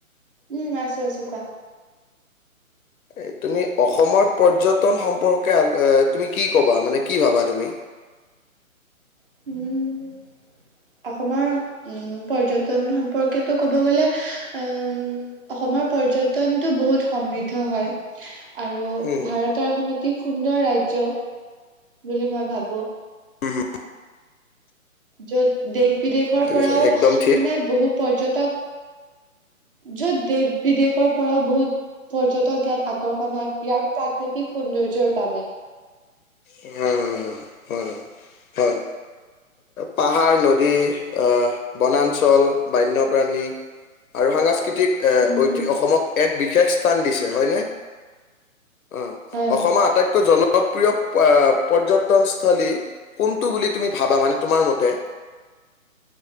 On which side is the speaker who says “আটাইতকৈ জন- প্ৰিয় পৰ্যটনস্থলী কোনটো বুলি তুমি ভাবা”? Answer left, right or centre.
Left